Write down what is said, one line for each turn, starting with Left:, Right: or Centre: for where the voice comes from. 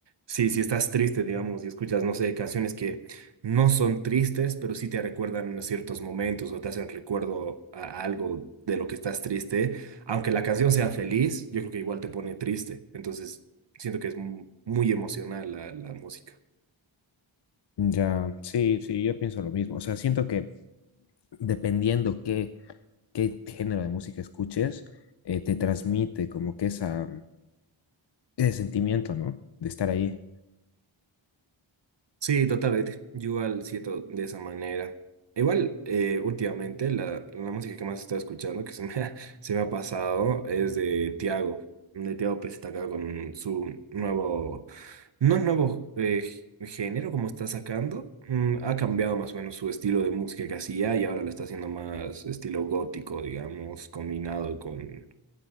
Right: si, si estás triste, digamos, y escuchas, no sé, canciones que no son tristes, pero sí te recuerdan a ciertos momentos o te hacen recuerdo a algo de lo que estás triste. Aunque la canción sea feliz, yo creo que igual te pone triste. Entonces, siento que es mu- muy emocional la, la música.
Left: Ya, sí, sí, yo pienso lo mismo. O sea, siento que dependiendo qué, qué género de música escuches, eh, te transmite como que esa, ese sentimiento, ¿no? De estar ahí.
Right: Sí, totalmente. Yo igual siento de esa manera. Igual, eh, últimamente la, la música que más he estado escuchando, que se me ha, <laughs> se me ha pasado, es de Tiago. De Tiago pues está acá con su nuevo, no nuevo eh, g- género como está sacando. Mm, ha cambiado más o menos su estilo de música que hacía y ahora lo está haciendo más estilo gótico, digamos, combinado con